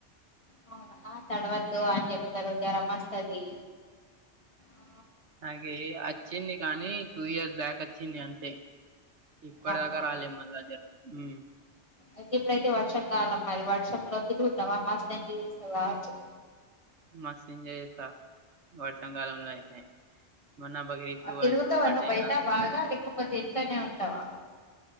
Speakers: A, on the left; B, on the right.
A: అవునా ఆ తడవద్దు అని చెప్తారు జ్వరం వస్తది ఆ
B: నాగి ఆచ్చింది కానీ టూ ఇయర్స్ బ్యాక్ ఆచ్చింది అంతే ఇప్పటి
A: అవునా
B: దాకా రాలే మళ్ళా జ్వా హూ
A: అయితే ఇప్పుడైతే వర్షా కాలం మరి వర్షంలో తిరుగుతావా మస్త్ ఎంజాయ్ చేస్తావ్ కావచ్చు
B: మస్తు ఎంజాయ్ చేత్త వర్షాకాలంలో అయితే మొన్న బక్రీద్
A: ఆ
B: కి
A: తిరుగుతవ
B: వర్షం పడ్డాయి
A: బయట
B: ఇగ
A: బాగా అ లే ఇంట్లనే ఉంటవా